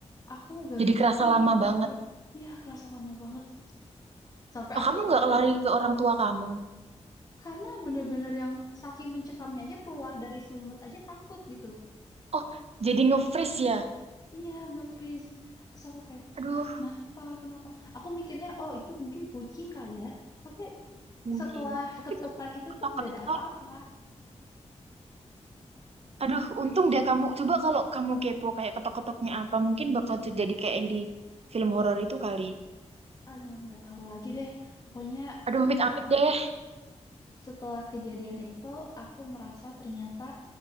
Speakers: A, on the left; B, on the right.
A: aku gak
B: Jadi
A: bisa
B: kerasa
A: tidur.
B: lama banget.
A: Iya, kerasa lama banget. Sampai
B: Oh,
A: aku,
B: kamu nggak lari ke orang tua kamu?
A: karena bener-bener yang saking mencekamnya aja keluar dari selimut aja takut gitu.
B: Oh, jadi nge-freeze ya?
A: Iya, nge-freeze. Terus aku kayak,
B: Aduh,
A: ah kenapa, kenapa? Aku mikirnya, oh itu mungkin kucing kali ya. Tapi
B: mungkin.
A: setelah
B: Tapi
A: ketukan
B: kalau
A: itu
B: ketok-ketok,
A: tuh gak ada apa-apa.
B: aduh, untung dia kamu. Coba kalau kamu kepo kayak ketok-ketoknya apa, mungkin bakal terjadi kayak yang di film horor itu kali.
A: Aduh, nggak tahu lagi deh. Pokoknya
B: Aduh, amit-amit
A: aku
B: deh.
A: setelah kejadian itu aku merasa ternyata